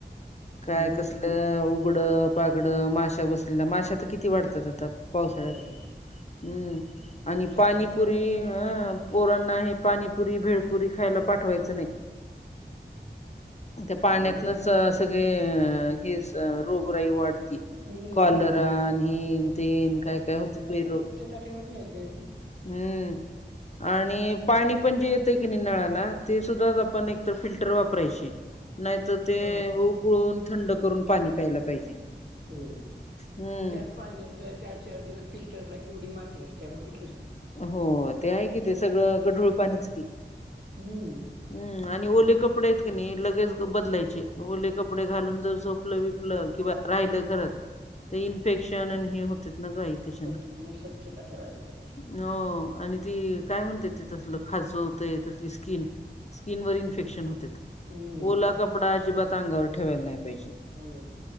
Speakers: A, on the left; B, on the right.
A: काय
B: हम्म
A: कसलं उघडं पागडं माश्या बसलेल्या माश्या त किती वाढतात आता. पावसाळ्यात
B: होय
A: हम्म आणि
B: स्वच्छता
A: पाणीपुरी
B: पाहिजे.
A: ह पोरांना हे पाणीपुरी भेळपुरी खायला पाठवायचं नाही. त्या पाण्यातनच
B: हम्म.
A: सगळे हेस रोगराई वाढते.
B: हम्म
A: कॉलरा हेनतेन काय काय होतात बाई रोग.
B: त्या ठेवत नाहीत ग एवढी.
A: हम्म, आणि पाणी पण जे येतय की नाही नळाला ते सुद्धा आपण एकतर फिल्टर वापरायची. नाहीतं ते
B: हो
A: उकळून थंड करून पाणी प्यायला पाहिजे.
B: होय.
A: हम्म
B: त्याच <unintelligible> चार चार दिवस फिल्टरला केवढी माती असत्या बघितलीस.
A: हो ते आहे की ते सगळं गढूळ पाणीच की,
B: हम्म,
A: हम्म आणि ओले कपडे आहेत की नाही लगेच बदलायचे. ओले कपडे घालून जर झोपलं विपलं किंवा राहिलं घरात ते इन्फेक्शन आणि हे होते न गाई. त्याच्यानं.
B: खातोय ना, स्वच्छता ठेवायला पाहिजे.
A: हो आणि ती काय म्हणते ते तसलं खाजवतय ती स्किन. स्किनवर इन्फेक्शन होतेत.
B: हम्,
A: ओला कपडा अजिबात अंगावर ठेवायला नाही पाहिजे.
B: होय.